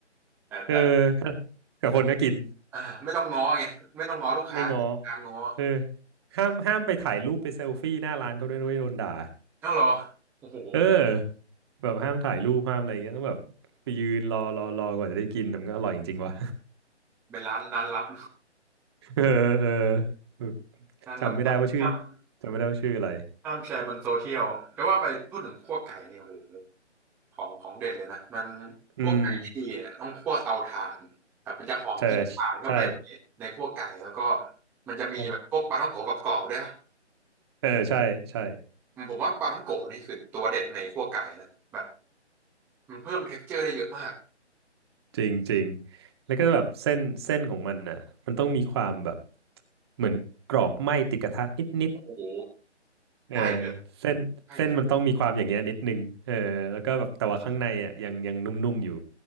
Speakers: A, in the centre; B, on the right.
A: แต่แต่
B: เออกับคนก็กิน
A: อ่าไม่ต้องง้อไงไม่ต้องง้อลูกค้าการง้อ
B: ไม่ง้อเออห้ามห้ามไปถ่ายรูปไปเซลฟี่หน้าร้านเขาด้วยนะเว้ยโดนด่า
A: ต้องรอโอ้โห
B: เออแบบห้ามถ่ายรูปห้ามอะไรอย่างเงี้ยต้องแบบไปยืนรอรอรอกว่าจะได้กินแต่มันก็อร่อยจริงๆวะ
A: เป็นร้านร้านลับ
B: <laughs> เออเออเออ
A: ร้านลับห้าม
B: จำไม่ได้ว่าชื่อจำไม่ได้ว่าชื่ออะไร
A: ห้ามแชร์บนโซเชียลจะว่าไปพูดถึงคั่วไก่เนี่ยโอ้โห ของของเด็ดเลยนะมัน
B: อืม
A: พวกไก่ที่ดีเนี่ยต้องคั่วเตาถ่านครับมันจะหอมกลิ่นถ่านเข้าไป
B: ใช่ใช่
A: ในคั่วไก่แล้วก็มันจะมีแบบพวกปลาท่องโกะกับกรอบๆด้วยนะ
B: ใช่เออใช่ใช่
A: อืมผมว่าปลาท่องโกะนี่คือตัวเด็ดในคั่วไก่นะแบบมันเพิ่มเท็กซ์เจอร์ได้เยอะมาก
B: จริงจริงแล้วก็แบบเส้นเส้นของมันอ่ะมันต้องมีความแบบเหมือนกรอบไหม้ติดกระทะนิดนิด
A: โอ้โห
B: เออ
A: ใช่เลย
B: เส้นเส้นมันต้องมีความอย่างเงี้ยนิดนึงเออแล้วก็แบบแต่ว่าข้างในอ่ะยังยังนุ่มๆอยู่
A: ใช่เลย